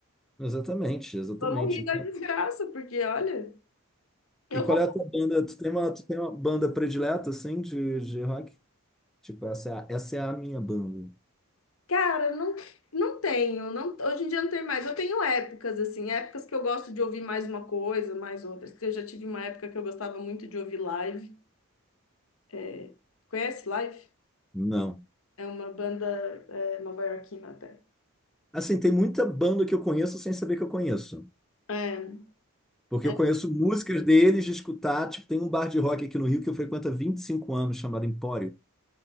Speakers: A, in the centre; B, on the left.
A: Exatamente, exatamente.
B: Vamos rir
A: Então,
B: da desgraça, porque, olha, eu
A: E qual
B: concordo.
A: é a tua banda? Tu tem uma, tu tem uma banda predileta, assim, de, de rock? Tipo, essa é a, essa é a minha banda.
B: Cara, não, não tenho. Não, hoje em dia não tem mais. Eu tenho épocas, assim, épocas que eu gosto de ouvir mais uma coisa, mais outras. que Eu já tive uma época que eu gostava muito de ouvir live. É, conhece live?
A: Não.
B: É uma banda é, nova-iorquina até.
A: Assim, tem muita banda que eu conheço sem saber que eu conheço.
B: É,
A: Porque
B: é,
A: eu conheço músicas deles de escutar. Tipo, tem um bar de rock aqui no Rio que eu frequento há 25 anos, chamado Empório.